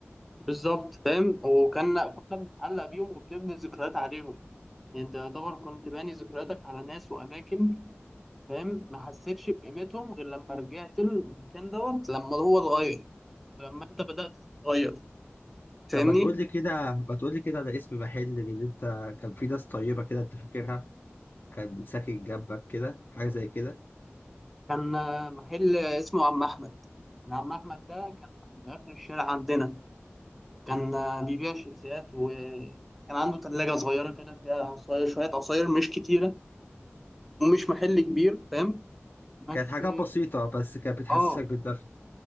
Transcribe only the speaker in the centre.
بالظبط فاهم وكنا كنا بنتعلق بيهم وبنبني ذكريات عليهم يعني انت يعتبر كنت باني ذكرياتك على ناس واماكن فاهم ما حسيتش بقيمتهم غير لما رجعت المكان دوت لما هو اتغير ولما انت بدأت تتغير فاهمني
كان آه، محل اسمه عم احمد عم احمد ده كان في اخر الشارع عندنا كان آه، بيبيع شيبسيات وكان عنده ثلاجة صغيرة كده فيها عصاير شوية عصاير مش كتيرة ومش محل كبير فاهم بس
اه